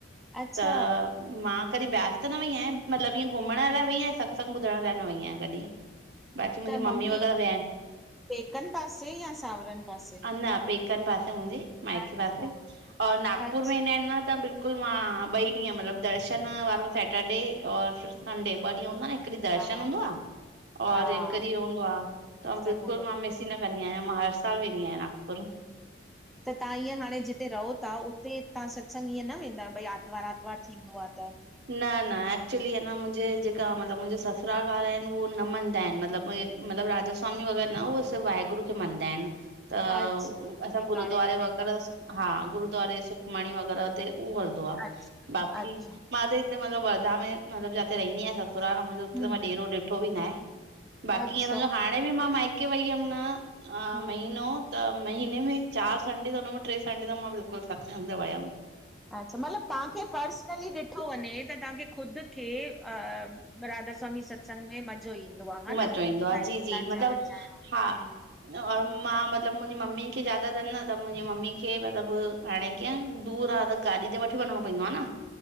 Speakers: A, in the centre; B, on the right (about 55°).
A: अच्छा
B: त मां कॾहिं ब्यास त न वई आहियां, मतिलबु इअं घुमण लाइ वेई आहियां, सत्संगु ॿुधण लाइ न वई आहियां कॾहिं। बाक़ी मुंहिंजी
A: त
B: मम्मी
A: ममी
B: वग़ैरह विया आहिनि
A: पेकनि पासे या सावरनि पासे
B: अ न पेकंन पासे मुंहिंजे माइके
A: अच्छा,
B: पासे और नागपुर
A: अच्छा
B: में ईंदा आहिनि न त बिल्कु बिल्कुलु मां ॿई ॾींहं मतिलबु दर्शन वारो सैटरडे और संढे ॿ ॾींहं हूंदो
A: सही
B: आ न, हिक ॾीहं दर्शन
A: हा,
B: हूंदो आ, और
A: हा,
B: हिक ॾीहं हो हूंदो आ त
A: संगों
B: बिल्कुल मां मिस ही न कंदी आहियां, मां हर साल वेंदी आहियां नागपुर
A: आवाज़ नथी अचे त तव्हां ईअं हाणे जिते रहो ता उते तव्हां सत्संग ईअं न वेंदा आहियो भई आरतवार आरतवारु थींदो आहे त?
B: न न एक्चुली आहे न मुंहिंजे जेका मतलबु मुंहिंजे ससुराल वारा आहिनि उहो न मञदा आहिनि मतिलबु उहे मतिलब राधास्वामी वग़ैर न उह स वाहेगुरु खे मनंदा आहिनि। त
A: अच्छा
B: असां
A: टिकाणे
B: गुरद्वारे
A: में वेंदा
B: वग़ैरह हा गुरूद्वारे सुखमणी वग़ैरह ते उहा आहे
A: अच्छा
B: बाक़ी
A: अच्छा
B: मां हिते मतिलबु वर्धा में मतलब जाते रहंदी आहियां ससुराल मुंहिंजो हुते
A: हम्म
B: त मां ॾेरो ॾिठो बि न आहे। बाक़ी
A: अच्छा
B: ईअं सम्झो हाणे बि मां माइके वई हुयमि न
A: हम्म
B: महीनो त महीने में चारि संडे त हुन में टे संडे त मां बिल्कुलु सत्संग ते वयम।
A: अच्छा मतिलबु तव्हांखे पर्सनली ॾिठो वञे त तव्हांखे ख़ुदि खे अ राधा सवामी सत्संग में म जो ईंदो आहे, हा
B: मज़ो
A: न
B: ईंदो आहे
A: तां हिंय
B: जी जी
A: था
B: मतिलबु
A: चवणु चाहियो,
B: हा
A: हम्म,
B: और मां मतिलबु मुंहिंजी मम्मी खे ज्यादा अथनि न त मुंहिंजी मम्मी खे मतिलबु हाणे कींअ दूर आ त गाॾी ते वठी वञिणो पइंदो आ न।